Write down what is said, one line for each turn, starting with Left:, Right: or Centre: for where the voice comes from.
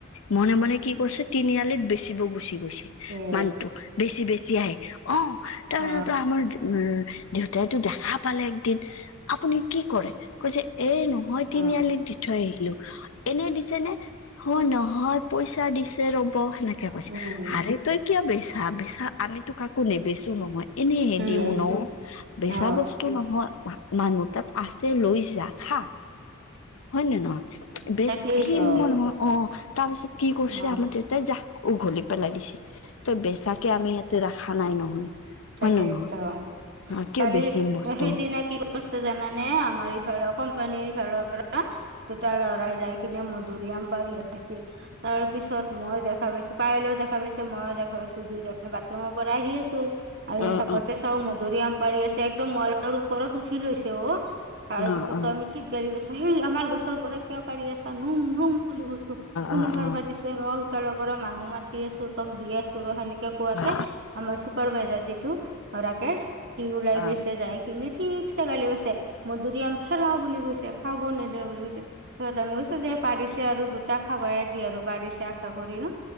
Left: মনে মনে কি কৰিছে তিনিআলিত বেচিব গুচি গৈছে
Right: এ
Left: মানুহটো বেছি বেছি আহে অ উহ তাৰপিছততো
Right: অ
Left: আমাৰ উ উ উ ইহ দেউতাইতো দেখা পালে একদিন ই ই ইহ আপুনি কি কৰে? কৈছে এ নহয়
Right: অ
Left: তিনিআলিত দি থৈ আহিলো অ অ এনেই দিছে নে হয় নহয় পইচা দিছে ৰ'ব সেনেকে কৈছে
Right: উম
Left: আৰে তই কিয় বেচা-বেচা আমিতো কাকো নেবেচো নহয়। এনেহে
Right: উম
Left: দিও ন ই ই হা বেচা
Right: অ
Left: বস্তু নহয়। মা মানুহৰ তাত আছে লৈ যা খা। হয় নে নহয় বেচ
Right: তাকেইতো
Left: সি ম হয় অ অ তাৰপিছত কি কৰছে
Right: অ
Left: আমাৰ তয় তাই জা উঘলি পেলাই দিছে তই বেচাকে আমি ইয়াতে ৰাখা নাই নহয়।
Right: তাকেই
Left: হয় নে নহয়?
Right: তো হা
Left: অ কিয়
Right: কালি
Left: বেচিম বস্তু?
Right: সেইদিনা কি কৰছে জানানে আমাৰ এইফালৰ কোম্পানিৰ ফালৰ পৰা অঁ, দুটা লৰাই যাই কিনে মধুৰি আম পাৰি আাছিল। তাৰ পিছত মই দেখা পাইছো পায়েলেও দেখা পাইছে মইয়ো দেখা পাইছো দুইজনে বাথৰুমৰ পৰা আহি আছো। আৰু
Left: অ
Right: হেপাতে
Left: অ
Right: চাও মধুৰি আম পাৰি আছে একদম ৱালৰ ওপৰত উঠি লৈছে অ। তাৰপিছতো
Left: অ অ অ
Right: আমি ঠিক গালি পাৰছো সেই আমাৰ গছৰ পৰা কিয়া পাৰি আছা নম নম বুলি কৈছো। তোক কোনেবাৰ
Left: অ অ
Right: পা দিছে ৰ সিফালৰ পৰা মানুহ মাতি আছো তক দি আছো ৰ সেনেকে কে কোৱাতে
Left: অ
Right: আমাৰ চুপাৰভাইজাৰ যিটো ৰাকেশ সি ওলাই
Left: অ
Right: গৈছে যায় এনে ঠিকছে গালি পছে মধুৰি আম ফেৰা বুলি কৈছে খাব নেদে বুলি কৈছে স তাই মই কৈছো যে পাৰিছে আৰু দুটা খাবাইয়ে দি আৰু পাৰিছে আশা কৰি ন।